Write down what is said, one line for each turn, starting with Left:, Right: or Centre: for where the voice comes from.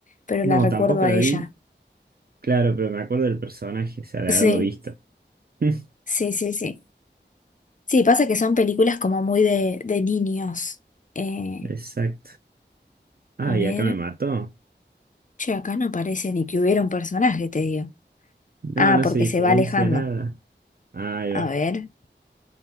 Left: Pero
Right: No,
Left: la recuerdo
Right: tampoco
Left: a
Right: la
Left: ella.
Right: vi. Claro, pero me acuerdo del personaje, o sea, de
Left: Sí,
Right: haberlo visto. <laughs>
Left: sí, sí, sí. Sí, pasa que son películas como muy de, de niños. Eh,
Right: Exacto. Ah,
Left: a ver.
Right: y acá me mató.
Left: Che, acá no parece ni que hubiera un personaje, te digo.
Right: No,
Left: Ah,
Right: no
Left: porque
Right: se diferencia
Left: se va alejando.
Right: nada. Ahí va.
Left: A ver.